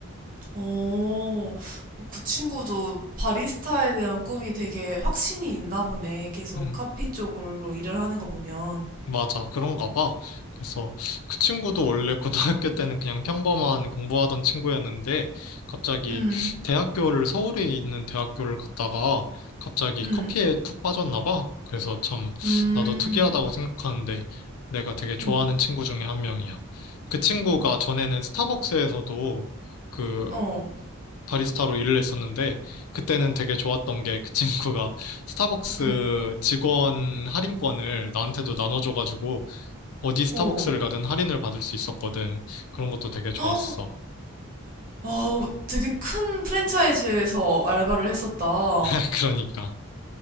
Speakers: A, on the right (about 40°); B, on the left (about 85°).
A: 오, 어, 그 친구도 바리스타에 대한 꿈이 되게 확신이 있나 보네. 계속
B: 음.
A: 카피 쪽으로 일을 하는 거 보면.
B: 맞아, 그런가 봐. 그래서 그 친구도 원래 고등학교 때는 그냥 평범한 공부하던 친구였는데 갑자기
A: 음,
B: 대학교를 서울에 있는 대학교를 갔다가 갑자기
A: 음,
B: 커피에 푹 빠졌나 봐. 그래서 참
A: 음,
B: 나도 특이하다고 생각하는데 내가 되게 좋아하는
A: 음.
B: 친구 중에 한 명이야. 그 친구가 전에는 스타벅스에서도 그
A: 어,
B: 바리스타로 일을 했었는데 그때는 되게 좋았던 게 그 친구가 스타벅스
A: 음,
B: 직원 할인권을 나한테도 나눠줘가지고 어디 스타벅스를
A: 어.
B: 가든 할인을 받을 수 있었거든. 그런 것도 되게 좋았어.
A: <gasps> 어, 되게 큰 프랜차이즈에서 알바를 했었다.
B: <laughs> 그러니까.